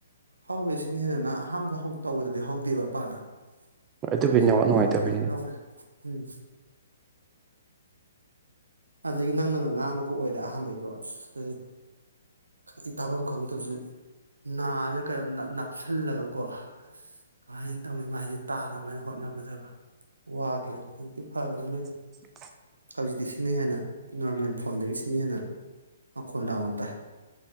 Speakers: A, on the right; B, on the right.
A: ꯍꯧꯋꯦ ꯁꯤꯅ ꯍꯦꯟꯅ ꯑꯍꯥꯟꯕ ꯍꯧ ꯇꯧꯕꯗꯗꯤ ꯍꯧꯗꯦꯕ ꯄꯛꯅ
B: ꯑꯗꯨꯕꯨ
A: ꯍꯧꯖꯤꯛꯇꯤ
B: ꯅꯦꯠꯋꯥꯛ
A: ꯋꯥꯈꯣꯟꯁꯦ
B: ꯅꯨꯡꯉꯥꯏꯇꯕꯒꯤꯅꯤꯗ
A: ꯌꯥꯝ ꯂꯧꯔꯦ ꯎꯝ ꯑꯗꯨꯗꯒꯤ ꯅꯪꯅꯒ ꯉꯥꯡꯕꯒ ꯑꯣꯏꯔꯦ ꯑꯍꯥꯝꯕꯩꯗꯣ ꯑꯁ ꯇꯨꯗꯗꯤ, ꯑꯩ ꯇꯥꯐꯝ ꯈꯪꯗꯕꯁꯤ, ꯅꯥꯁꯦ ꯀꯩꯅꯣ ꯅꯞ ꯅꯞꯁꯤꯜꯂꯒꯀꯣ ꯀꯃꯥꯏꯅ ꯇꯧꯅꯤ ꯃꯁꯦ ꯇꯥꯅꯕ ꯍꯥꯏꯅ ꯍꯣꯠꯅꯕꯗꯕ ꯋꯥꯈꯤꯕꯅꯤ ꯍꯧꯖꯤꯛꯇꯤ ꯐꯈ꯭ꯔꯦ ꯂꯣꯏꯅ꯫
B: <inaudible>
A: ꯍꯧꯖꯤꯗꯤꯁꯤ ꯁꯤꯅ ꯍꯦꯟꯅ ꯅꯣꯔꯃꯦꯜ ꯐꯣꯟꯗꯒꯤ ꯁꯤꯅ ꯍꯦꯟꯅ ꯃꯈꯣꯟ ꯂꯥꯎꯅ ꯇꯥꯏ꯫